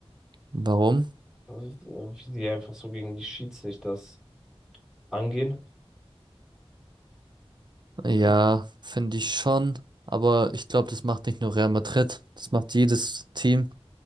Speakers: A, on the right; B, in the centre.
A: Warum?
B: Also, Wie die einfach so gegen die Schiedsrichter das angehen?
A: Ja, finde ich schon, aber ich glaube, das macht nicht nur Real Madrid, das macht jedes Team.